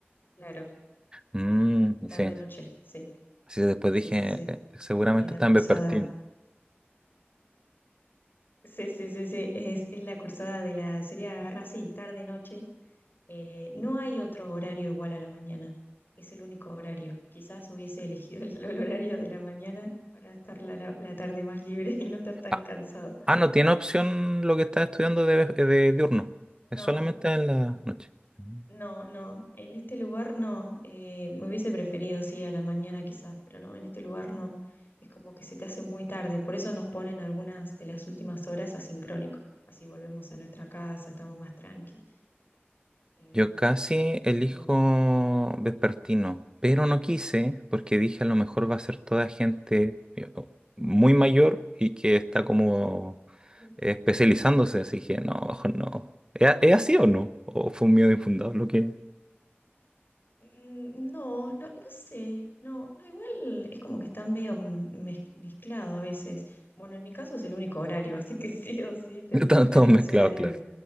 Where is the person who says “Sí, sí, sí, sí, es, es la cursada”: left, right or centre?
Left